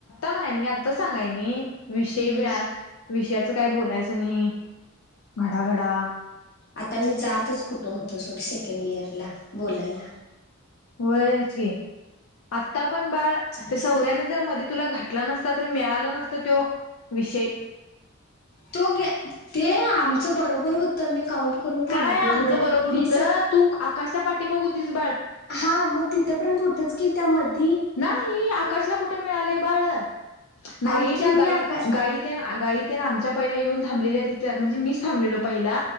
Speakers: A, on the left; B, on the left.
A: म्हणायला. मी आता सांगायनी विषय
B: हम्म
A: मीळा विषयाचं काय बोलायच णी घडागडा.
B: आता मी जातच कुठं होतो सोडं सेकंड इयरला बोलायला.
A: व्हयच की आता पण बाळ
B: जास्त
A: ते सौऱ्यान जर मध्ये तुला घाट भटला नसता तर मिळाला नसत त्यो विषय.
B: तो ते आमच बरोबर होत मी काउंट करून थांबलेलो
A: काय आमचं बरोबर
B: वीस.
A: होतं तू आकाशच्या पाठीमाग होतीस बाळ
B: हा मग तिथपर्यंत होतच की त्यामध्य
A: नाही आकाशला कुठे मिळाले बाळ नाही
B: ऐक की
A: त्या
B: मी
A: गाईत
B: आकाश
A: गाई त्या गाई आमच्या पहिला येऊन थांबलेल्या तिथ म्हणजे मी थबलो पहिला